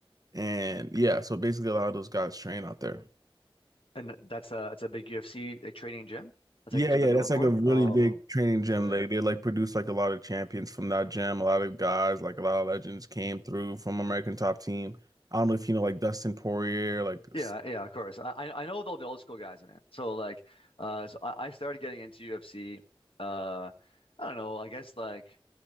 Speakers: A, on the right; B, on the left.
A: and yeah. So basically, a lot of those guys train out there.
B: And that's a that's a big UFC like training gym. That's
A: Yeah,
B: like that's
A: yeah.
B: what they're known
A: That's
B: for.
A: like a really
B: Oh,
A: big training gym.
B: sick.
A: They they like produce like a lot of champions from that gym. A lot of guys, like a lot of legends, came through from American Top Team. I don't know if you know like Dustin Poirier, like s-
B: Yeah, yeah, of course. I I I know all the old school guys, man. So like, uh, so I, I started getting into UFC. Uh, I don't know. I guess like